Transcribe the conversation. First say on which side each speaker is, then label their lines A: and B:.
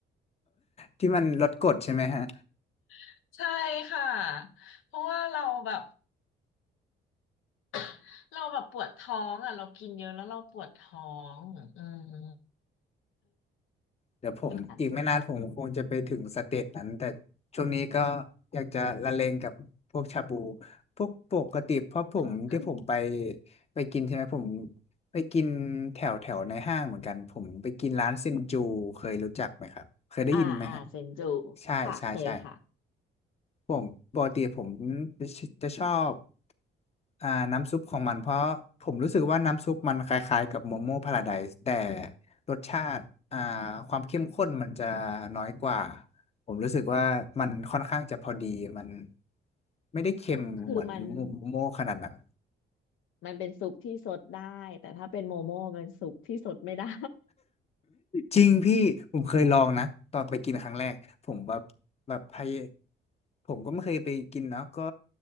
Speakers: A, on the left; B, on the left.
A: ที่มันลดกฎใช่ไหมฮะ
B: <laughs> ใช่ค่ะเพราะว่าเราแบบ <coughs> เราแบบปวดท้องอ่ะเรากินเยอะแล้วเราปวดท้องอืม
A: เดี๋ยวผมอีกไม่นานผมคงจะไปถึงสเตจนั้นแต่
B: <laughs> อัน
A: ช่วงนี้ก็อยากจะละเลงกับพวกชาบูพวกปกติเพราะผมที่ผมไป
B: <laughs>
A: ไปกินใช่ไหมผมไปกินแถวแถวในห้างเหมือนกันผมไปกินร้านเซนจูเคยรู้จักไหมครับเคยได้ยินไหมฮะ
B: อ่าอ่าเซนจู
A: ใช่ใช่ใช่
B: ค่ะเคยค่ะ
A: ผมปกติผมจะชอบ อ่าน้ำซุปของมันเพราะผมรู้สึกว่าน้ำซุปมันคล้ายๆกับโมโม่พาราไดซ์แต่รสชาติอ่าความเข้มข้นมันจะน้อยกว่าผมรู้สึกว่ามันค่อนข้างจะพอดีมันไม่ได้เค็มเหมือนโมโม่ขนาดนั้น
B: คือมันมันเป็นซุปที่ซดได้แต่ถ้าเป็นโมโม่มันซุปที่ซดไม่ได้
A: จริงพี่ผมเคยลองนะตอนไปกินครั้งแรกผมแบบแบบพยผมก็ไม่เคยไปกินเนาะก็